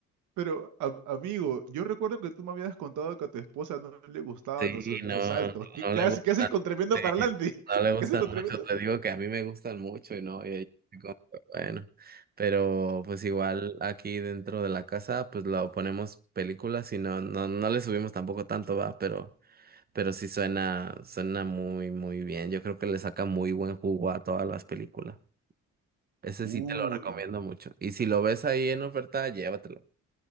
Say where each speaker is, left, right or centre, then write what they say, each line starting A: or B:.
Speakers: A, on the right (about 80°); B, on the right (about 30°).
A: pero, am- amigo, yo recuerdo que tú me habías contado que a tu esposa no le gustaban
B: Sí,
A: los sonidos
B: no,
A: altos. ¿Qué,
B: no
A: qué
B: le
A: hace,
B: gustan,
A: qué hace con tremendo
B: sí,
A: parlante? <laughs>
B: no le gustan
A: ¿Qué hace con tremendo?
B: mucho, te digo que a mí me gustan mucho y no, y ahí estoy como que, bueno, pero pues igual aquí dentro de la casa pues lo ponemos películas y no, no, no le subimos tampoco tanto, va, pero, pero sí suena, suena muy, muy bien, yo creo que le saca muy buen jugo a todas las películas, ese
A: Uy,
B: sí te lo recomiendo mucho, y si lo ves ahí en oferta, llévatelo.